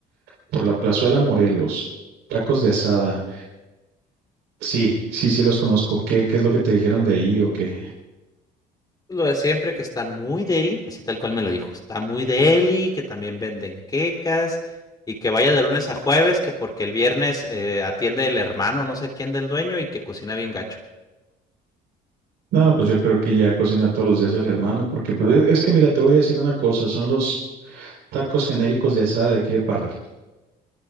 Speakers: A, on the right; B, on the left.
A: por la plazuela Morelos. Tacos de asada. Sí, sí, sí los conozco. ¿Qué, qué es lo que te dijeron de ahí o qué?
B: Lo de siempre, que están muy deli, así tal cual me lo dijo, está muy deli, que también venden quecas, y que vaya de lunes a jueves, que porque el viernes eh, atiende el hermano, no sé quién del dueño, y que cocina bien gacho.
A: No, pues yo creo que ya cocina todos los días el hermano, porque pues, e, es que mira, te voy a decir una cosa, son los tacos genéricos de asada de aquí de Parral.